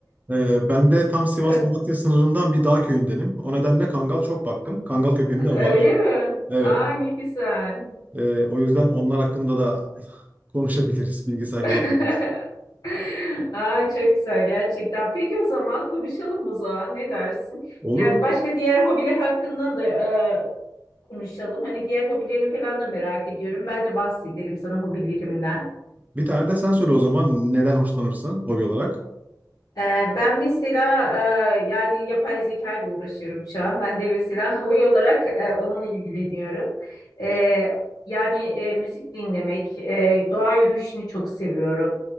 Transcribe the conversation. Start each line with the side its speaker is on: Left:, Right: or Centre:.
Right: Ee, ben de tam Sivas-Malatya
Left: <laughs>
Right: sınırından bir dağ köyündenim. O nedenle Kangal çok baktım. Kangal köpeğim de var.
Left: Öyle mi?
Right: Evet.
Left: Aa ne güzel.
Right: Ee, o yüzden onlar hakkında da konuşabiliriz, bilgi sahibi
Left: <laughs>
Right: olabiliriz.
Left: Aa, çok güzel gerçekten. Peki o zaman konuşalım o zaman. Ne dersin?
Right: Olur
Left: Yani
Right: mu?
Left: başka diğer hobiler hakkında da e, konuşalım. Hani diğer hobilerini falan da merak ediyorum. Ben de bahsederim sana hobilerimden.
Right: Bir tane de sen söyle o zaman neden hoşlanırsın hobi olarak?
Left: Ee, Ben mesela e, yani yapay zeka ile uğraşıyorum şu an. Ben de mesela <laughs> hobi olarak e, onunla ilgileniyorum. Ee, Yani e, müzik dinlemek, e, doğa yürüyüşünü çok seviyorum.